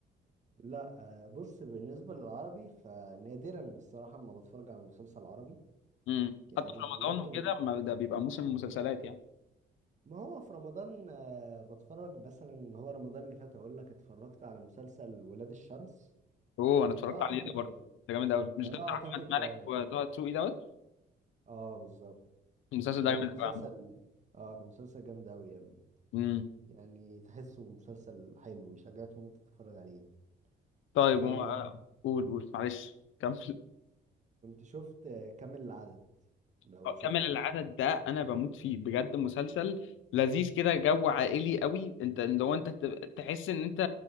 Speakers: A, on the right; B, on the left.
A: لا آه، بص بالنسبة للعربي فنادرا الصراحة ما بتفرج على مسلسل عربي
B: امم
A: يعني
B: حتى في رمضان
A: ممكن
B: وكده ما ده بيبقى موسم مسلسلات يعني
A: ما هو في رمضان آه، بتفرج مثلا هو رمضان اللي فات أقول لك اتفرجت على مسلسل ولاد الشمس
B: اوه انا اتفرجت
A: ده أعتقد
B: عليه ده برضه ده جامد قوي مش
A: ما
B: ده
A: ده أعتقد
B: بتاع احمد مالك
A: ده-
B: وطه دسوقي دوت
A: اه بالظبط
B: المسلسل
A: هو
B: ده جامد
A: كان مسلسل
B: قوي
A: اه كان مسلسل جامد أوي يعني
B: امم
A: يعني تحسه مسلسل حلو يشجعك ان انت تتفرج عليه
B: طيب
A: وكنت
B: ومع- قول قول معلش كمل
A: شفت آه، كامل العدد
B: <laughs>
A: لو شفته
B: كمل العدد
A: برضه
B: ده انا بموت فيه بجد مسلسل لذيذ كده جو عائلي قوي انت لو انت تب- تحس ان انت